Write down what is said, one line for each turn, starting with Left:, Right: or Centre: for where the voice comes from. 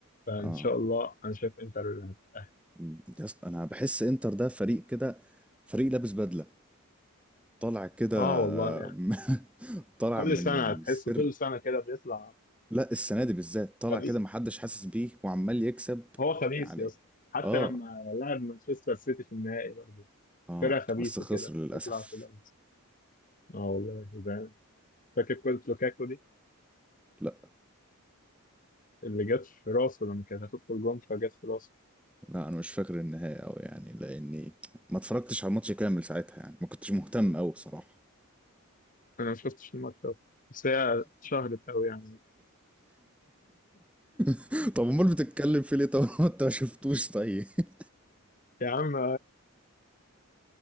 Left: فان
Centre: آه
Left: شاء الله انا شايف انتر هتتأهل
Centre: مم. يا اسطى أنا بحس إنتر ده فريق كده فريق لابس بدلة طالع كده
Left: اه والله
Centre: آه،
Left: يعني
Centre: <laughs> طالع
Left: كل
Centre: من
Left: سنة هتحس
Centre: سر
Left: كل سنة كده بيطلع
Centre: لا السنة دي بالذات طالع
Left: خبيث
Centre: كده محدش حاسس بيه وعمال يكسب
Left: هو خبيث
Centre: يعني
Left: يا اسطى حتى
Centre: اه
Left: لما لعب مانشستر سيتي في النهائي برضه
Centre: اه
Left: فرقة خبيثة
Centre: بس خسر
Left: كده
Centre: للأسف
Left: بتطلع كده اه والله زعلان فاكر كرة لوكاكو دي
Centre: لا
Left: اللي جت في راسه لما كانت هتدخل جون فجت في راسه
Centre: لا انا مش فاكر النهاية اوي يعني لاني ما اتفرجتش على الماتش كامل ساعتها يعني ما كنتش مهتم اوي بصراحة
Left: انا ما شفتش الماتش ده بس هي اتشهرت قوي يعني
Centre: <laughs> طب امال بتتكلم في ليه طب <laughs> ما انت ما شفتوش طيب <laughs>
Left: يا عم